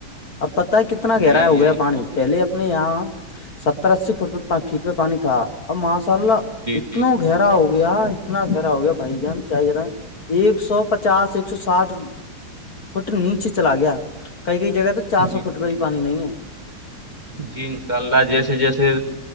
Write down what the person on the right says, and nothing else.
جی
یہی
تو
جی
جی
جی
جی
جی انشاء اللہ جیسے جیسے